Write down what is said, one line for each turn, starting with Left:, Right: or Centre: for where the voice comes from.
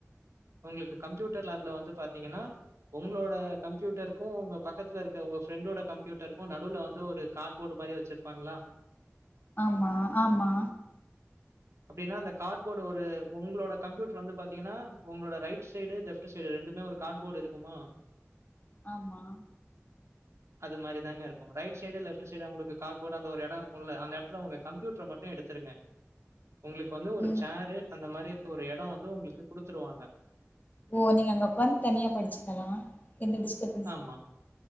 Right: உங்ளுக்கு கம்ப்யூட்டர் லேப்ல வந்து பாத்தீங்னா ஒங்ளோட கம்ப்யூட்டருகு உங்க பக்கத்துல இருக்க உங்க ஃப்ரெண்டோட கம்ப்யூட்டருகு நடுலவந்து ஒரு காட்போர்டு மாரி வச்சிருப்பாங்களா
Left: ஆமா ஆமா
Right: அப்டின்னா அந்த காட்போர்டு ஒரு உங்களோட கம்ப்யூட்டர் வந்து பாத்தீங்கன்னா உங்களோட ரைட் சைடு லெஃப்ட் சைடு ரெண்டுமே ஒரு கார்ட்போர்டு இருக்குமா
Left: ஆமா
Right: அது மாதிரி தா இருக்கு ரைட் சைடு லெஃப்ட் சைடு உங்களுக்கு கார்போர்ட அந்த ஒரு எடோ இருக்கும்ல்ல அந்த எடத்துல உங்க கம்யூட்டர மட்டு எடுத்துருங்க உங்களுக்கு வந்து ஒரு
Left: ம்
Right: சேரு அந்த மாதிரி ஒரு எடோ வந்து உங்களுக்கு குடுத்துருவாங்க
Left: ஓ நீங்க அங்க உட்காந்து தனியா படிச்சுக்கலா எந்த டிஸ்ட
Right: ஆமா